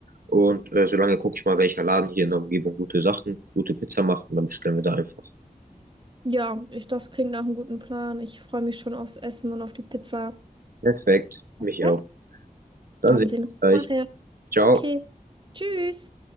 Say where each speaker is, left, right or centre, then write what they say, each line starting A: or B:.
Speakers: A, on the right; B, on the right.
A: Und äh, solange gucke ich mal, welcher Laden hier in der Umgebung gute Sachen, gute Pizza macht und dann bestellen wir da einfach.
B: ja, ich, das klingt nach einem guten Plan. Ich freue mich schon aufs Essen und auf die Pizza.
A: Perfekt, mich
B: Ja.
A: auch. Dann
B: Dann
A: sehen
B: sehen
A: wir uns
B: wir
A: gleich.
B: uns nachher.
A: Ciao.
B: Okay, tschüss.